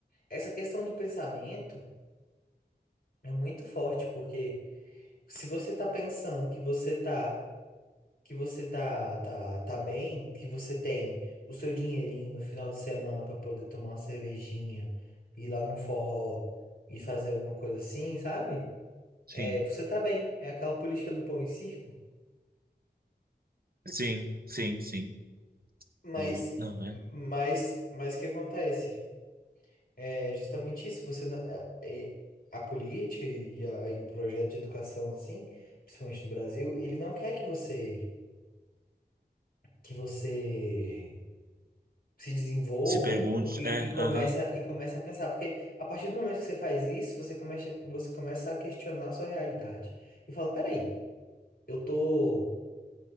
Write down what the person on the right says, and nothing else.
Sim,
sim, sim, sim.
Meio, não, né?
Se pergunte.
É,
aham,